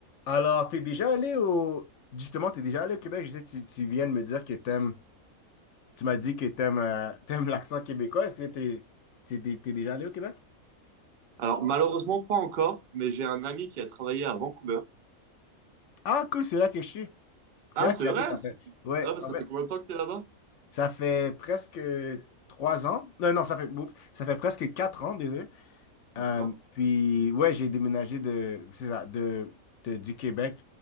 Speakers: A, on the left (about 65°); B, on the right (about 55°).
A: Alors, t'es déjà allé au... Justement, t'es déjà allé au Québec. Je sais, que tu, tu viens de me dire que t'aimes... Tu m'as dit que t'aimes euh, t'aimes l'accent québécois. Est-ce que t'es t'es dé- t'es déjà allé au Québec?
B: Alors, malheureusement, pas encore, mais j'ai un ami qui a travaillé à Vancouver.
A: Ah, cool, c'est là que je suis. C'est
B: Ah,
A: là
B: c'est
A: que j'habite,
B: vrai?
A: en
B: c'est-
A: fait. Ouais,
B: Ah, bah, ça
A: en fait,
B: fait combien de temps que t'es là-bas?
A: ça fait presque trois ans. Non, non, ça fait... oups, ça fait presque quatre ans, désolé.
B: D'accord.
A: Euh, puis, ouais, j'ai déménagé de... C'est ça, de, de- du Québec